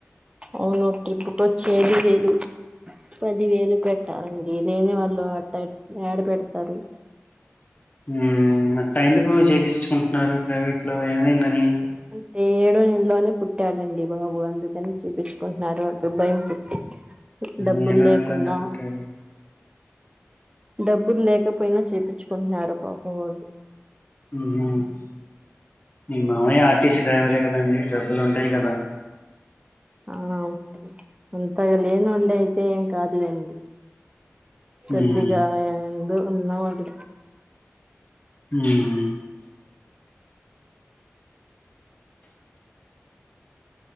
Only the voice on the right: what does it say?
అవును ట్రిప్పుకొచ్చేది వేలు పది వేలు పెట్టాలండి లేని వాళ్ళు అట్ట యాడ పెడతారు
అంటే ఏడో నెల్లోనే పుట్టాడండి బాబు అందుకని చేపించ్చుకుంటున్నారు వాళ్ళు భయం పుట్టి
డబ్బులు
లేకున్నా
డబ్బులు లేకపోయినా చేపిచ్చుకుంటున్నారు పాపం వాళ్ళు
ఆ అవును అంతగా లేనోళ్ళు అయితే ఏం కాదులేండి కొద్దిగా
ఏందో వున్నోడు